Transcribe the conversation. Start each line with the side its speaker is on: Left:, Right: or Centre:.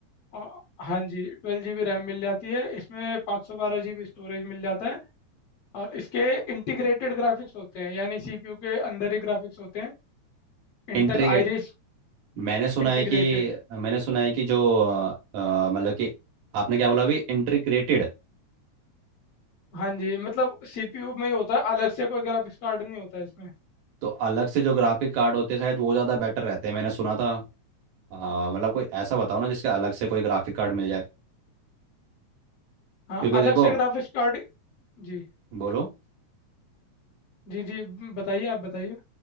Left: और हाँ जी ट्वेल्व जी बी रैम मिल जाती है इसमें पाँच सौ बारह जी बी स्टोरेज मिल जाता है और इसके इंटीग्रेटेड ग्राफिक्स होते हैं यानी सीपीयू के अंदर ही ग्राफिक्स होते हैं इंटेल
Right: इंट्रीगेट
Left: आइरिस
Right: मैंने सुना
Left: इंटीग्रेटेड
Right: है कि मैंने सुना है कि जो अ, अ, मतलब कि आपने क्या बोला अभी इंटीग्रेटेड
Left: हाँ जी मतलब सीपीयू में ही होता है अलग से कोई ग्राफिक्स कार्ड नहीं होता इसमें
Right: तो अलग से जो ग्राफिक कार्ड होते हैं शायद वो ज़्यादा बेटर रहते हैं मैंने सुना था अ, मतलब कोई ऐसा बताओ ना जिसका अलग से कोई ग्राफिक कार्ड मिल जाए
Left: हाँ
Right: क्योंकि देखो
Left: अलग से ग्राफिक्स कार्ड जी
Right: बोलो
Left: जी जी ब- बताइए आप बताइए